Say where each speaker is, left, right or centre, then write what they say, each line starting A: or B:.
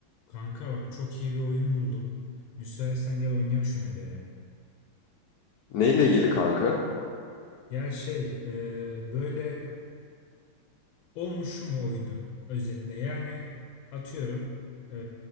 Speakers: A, on the left; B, on the left.
A: Kanka bak çok iyi bir oyun buldum. Müsaitsen gel oynayak şunu hele ya.
B: Neyle ilgili kanka?
A: Ya şey e, böyle o mu şu mu oyunu özetle. Yani atıyorum e,